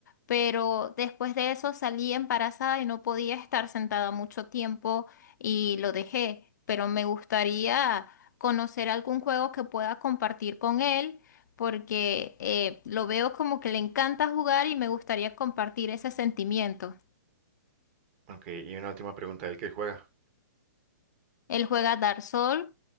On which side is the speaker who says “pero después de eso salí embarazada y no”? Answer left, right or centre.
Left